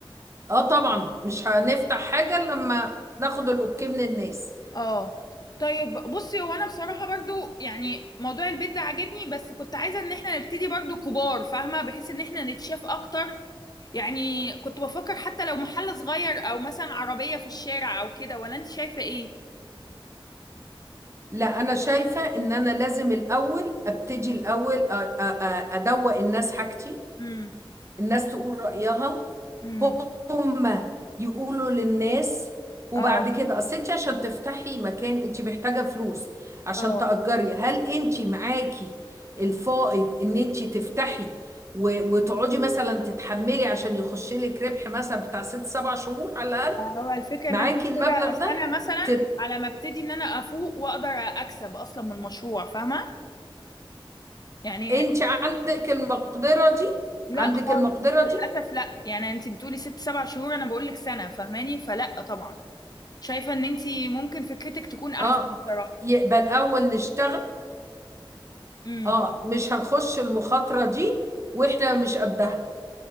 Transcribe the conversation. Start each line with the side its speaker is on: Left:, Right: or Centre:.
Right: اه طبعا مش هنفتح حاجه إلا لما ناخد الاوكي من الناس
Left: اه طيب بصي هو انا بصراحة برضو يعني موضوع البيت ده عاجبني بس كنت عايزة ان احنا نبتدي برضو كبار فاهمة بحيث ان احنا نتشاف اكتر يعني كنت بفكر حتى لو محل صغير او مثلا عربية في الشارع او كده ولا انت شايفة ايه
Right: لا انا شايفه ان انا لازم الاول ابتدي الاول أ- أ- أ- ادوق الناس حاجتي
Left: امم
Right: الناس تقول رأيها
Left: امم
Right: هم يقولوا للناس وبعد
Left: اه
Right: كده اصل انت عشان تفتحي مكان انت محتاجة فلوس عشان
Left: اه
Right: تأجري هل انت معاكي الفائض ان انت تفتحي و- وتقعدي مثلا تتحملي عشان يخش لك ربح مثلا بتاع ست سبع شهور على الأقل
Left: هو الفكرة
Right: معاكي
Left: ان انا محتاجة
Right: المبلغ
Left: سنة
Right: ده
Left: مثلا
Right: تر...
Left: على ما ابتدي ان انا افوق واقدر اكسب اصلا من المشروع فاهمة يعني
Right: انت عندك المقدرة دي
Left: لا
Right: عندك
Left: خالص
Right: المقدرة
Left: للاسف
Right: دي
Left: لا يعني انت بتقولي ست سبع شهور انا بقول لك سنه فاهماني فلا طبعا شايفه ان انت ممكن فكرتك تكون احسن
Right: اه
Left: صراحه
Right: يبقى الأول نشتغل
Left: امم
Right: اه مش هنخش المخاطرة دي واحنا مش قدها